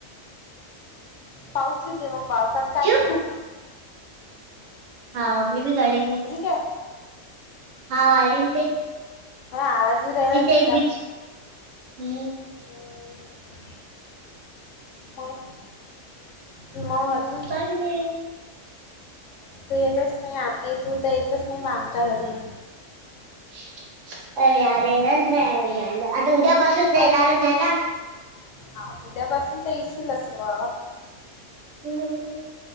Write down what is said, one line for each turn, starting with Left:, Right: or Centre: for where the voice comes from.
Left: पाऊस येते, मग पावसात काय.
Right: चुप हाव मी बी गाडीन.
Left: काय
Right: हा अजून काही.
Left: हा आवाज राहिला.
Right: तिथे
Left: तिचा
Right: एक बीच हम्म
Left: हम्म मग, मग अजून
Right: काय नाही बाई.
Left: तू येतच नाही आम ये, तू तर एकेतच नाही मग आमच्या घरी.
Right: <unintelligible> आता उद्यापासून देणारच
Left: अस
Right: आहे ना.
Left: हा उद्यापासून ते येशीलच अस व
Right: हम्